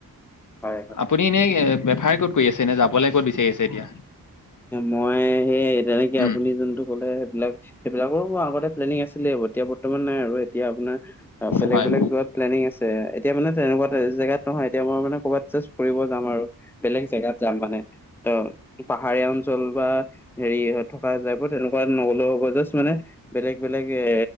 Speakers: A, in the centre; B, on the left (about 55°).
A: হয়।
B: আপুনি এনেই বেফাৰে ক'ত কৰি আছে? এনে যাবলৈ ক'ত বিচাৰি আছে এতিয়া?
A: মই সেই তেনেকে
B: উম
A: আপুনি যোনটো ক'লে সেইবিলাক সেইবিলাকৰো মোৰ আগতে প্লেনিং আছিলেই, এতিয়া বৰ্তমান নাই আৰু, এতিয়া আপোনাৰ বেলেগ
B: হয়
A: বেলেগ যোৱাত প্লেনিং আছে, এতিয়া মানে তেনেকুৱা জেগাত নহয়, এতিয়া মই মানে ক'বাত জাষ্ট ফুৰিব যাম আৰু, বেলেগ জেগাত যাম মানে ত' হাৰীয়া অঞ্চল বা হেৰি থকা তাইপৰ তেনেকুৱা নগলেও হ'ব জাষ্ট মানে বেলেগ বেলেগ এ